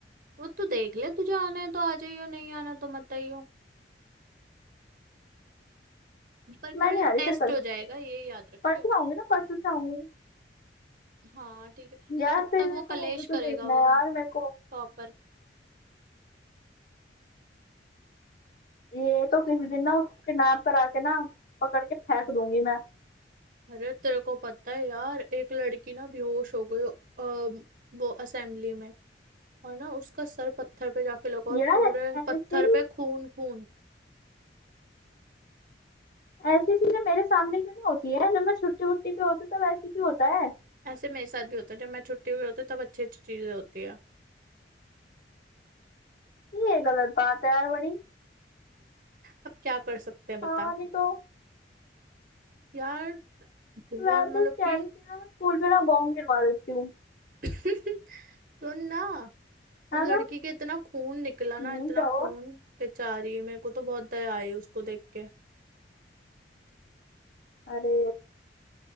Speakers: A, on the right; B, on the left.
A: वो तू देख ले तुझे आना है तो आ जाइयो नहीं आना तो मत आइयो पर
B: मैं
A: कल
B: नहीं आ रही
A: टेस्ट
B: फिर कल
A: हो जाएगा ये याद रखियो
B: परसों आऊंगी ना परसों से आऊंगी
A: हाँ ठीक है
B: यार
A: पर तब
B: फिर
A: तक
B: मेरे
A: वो
B: को
A: कलेश
B: वो भी तो
A: करेगा
B: देखना
A: वो
B: है यार मेरे को
A: टॉपर
B: ये तो किसी दिन ना उसके नाप करा के ना पकड़ के फेंक दूंगी मैं
A: अरे तेरे को पता है यार एक लड़की ना बेहोश हो गई अम, वो असेंबली में और ना उसका सर पत्थर पे जाके लगा और
B: यार
A: पूरे
B: ऐसी
A: पत्थर पे खून खून
B: ऐसी चीजें मेरे सामने क्यों नहीं होती है जब मैं छुट्टी वुट्टी पे होती तब ऐसे क्यों होता है
A: ऐसे मेरे साथ भी होता है जब मैं छुट्टी हुई होती है तब अच्छी अच्छी चीजें होती है
B: ये गलत बात है यार बड़ी
A: अब क्या कर सकते हैं बता
B: हाँ नहीं तो
A: यार बहुत
B: मैं
A: मतलब
B: तो कह
A: कि
B: रही थी ना मैं स्कूल पे ना बॉम्ब गिरवा देती हूँ
A: <laughs> सुन ना उस
B: है
A: लड़की
B: ना
A: के इतना खून निकला ना
B: हम्म
A: इतना
B: क्या हुआ
A: खून बेचारी मेरे को तो बहुत दया आई उसको देख के
B: अरे